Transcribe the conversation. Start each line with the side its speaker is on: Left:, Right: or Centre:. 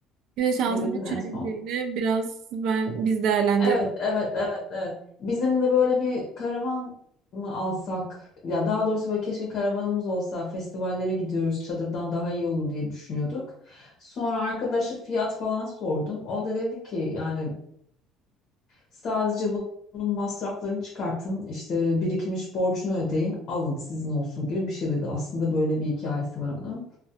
Right: Güneş altında
Left: Ne dedin
Right: çürüyeceğini
Left: en son?
Right: biraz ben biz değerlendirelim.
Left: Evet, evet, evet, evet. Bizim de böyle bir karavan mı alsak? Ya daha doğrusu böyle keşke karavanımız olsa. Festivallere gidiyoruz. Çadırdan daha iyi olur diye düşünüyorduk. Sonra arkadaşı fiyat falan sordum. O da dedi ki yani sadece bunun masraflarını çıkartın. işte birikmiş borcunu ödeyin. Alın sizin olsun gibi bir şey dedi. Aslında böyle bir hikayesi var onun.